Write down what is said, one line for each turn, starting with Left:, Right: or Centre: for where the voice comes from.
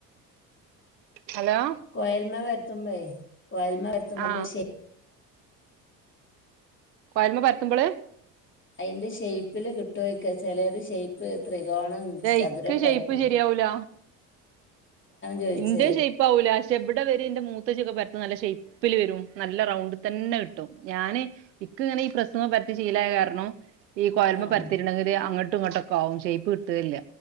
Right: ഹലോ
Left: കോയൽ മേൽ പരത്തുമ്പോ ഏഹ് കോയൽ മേൽ പരത്തുമ്പോൾ
Right: ആ
Left: ശെയ്
Right: കോയൽ മേൽ പരത്തുമ്പോള്
Left: അതിന്റെ ശേപ്പില് കിട്ടുമാരിക്കും ചിലത് ഷേയ്പ് ത്രികോണം ചതുരൊക്കെ
Right: ഇക്ക് ഷേയ്പ്പ്
Left: ആയി പോകും
Right: ശരിയാവൂല
Left: ചോയിച്ചേ
Right: ഇന്റെ ഷേപ്പ് ആവൂല്ല പക്ഷെ ഇവിടെ ഇവരി ഇന്റെ മൂത്തേച്ചിയൊക്കെ പരത്തുമ്പോൾ നല്ല ഷേപ്പ് ഷേപ്പില് വരും നല്ല റൗണ്ട് തന്നെ കിട്ടും ഞാന് ഇക്ക് ഇങ്ങനെ ഈ പ്രസ്സ് മേൽ പരത്തി ശീലായ കാരണം ഈ കോയലുമേൽ
Left: ആഹ്
Right: പരത്തിയിട്ടിണ്ടെങ്കില് അങ്ങട്ടും ഇങ്ങോട്ടൊക്കെ ആകും ഷേപ്പ് കിട്ടുകയെ ഇല്ല